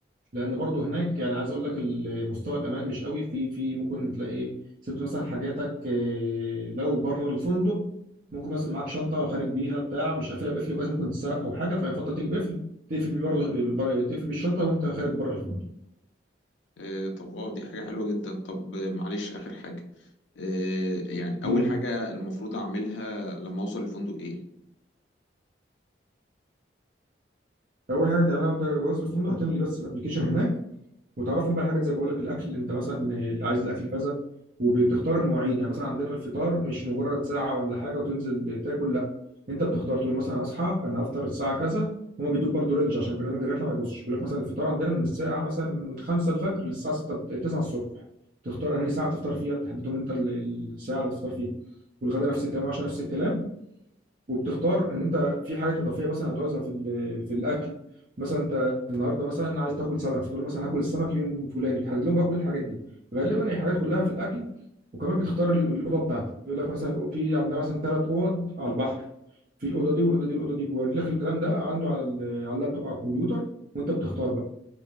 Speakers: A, on the right (about 45°); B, on the left (about 80°).
A: لان برضو هناك يعني عايز اقول لك ال- مستوى الامان مش قوي في في ممكن تلاقي ايه سبت مثلا حاجاتك إيه، لو بره الفندق ممكن مثلا معاك شنطه خارج بيها بتاع مش قافلها بقفل كويس ممكن تتسرق او حاجه فيفضل تجيب قفل تقفل بيه بره بره- تقفل بالشنطه وانت خارج بره الفندق
B: إيه، طب اه دي حاجة حلوة جدا طب آه، معلش آخر حاجة إيه، يعني أول
A: امم
B: حاجة المفروض أعملها لما أوصل الفندق إيه؟
A: اول حاجه تعملها وانت واصل الفندق هتملي بس الابلكيشن هناك وتعرفهم بقى الحاجات زي ما بقول لك الاكل انت مثلا اللي عايز الاكل كذا وبتختار المواعيد يعني مثلا عندنا الفطار مش مجرد ساعه ولا حاجه وتنزل تاكل لا انت بتختار تقول مثلا هصحى انا هفطر الساعه كذا هما بيدوك برضه رينج عشان برنامج الرحله ما يبصش بيقول لك مثلا الفطار عندنا من الساعه مثلا 5 الفجر للساعه 6 9 الصبح تختار انهي ساعه تفطر فيها تحددهم انت ال- الساعه اللي تفطر فيها والغدا نفس الكلام وعشان نفس الكلام وبتختار ان انت في حاجات اضافيه مثلا هتعوزها في ال- في الاكل مثلا انت النهارده مثلا عايز تاكل سمك فتقول له مثلا هاكل السمك يوم فلاني تحدد لهم بقى كل الحاجات دي غالبا هي حاجات كلها في الاكل وكمان بتختار ال- الاوضه بتاعتك يقول لك مثلا في عندنا مثلا ثلاث اوض على البحر في الاوضه دي والاوضه دي والاوضه دي ويوري لك الكلام ده عنده على ال- على اللابتوب او على الكمبيوتر وانت بتختار بقى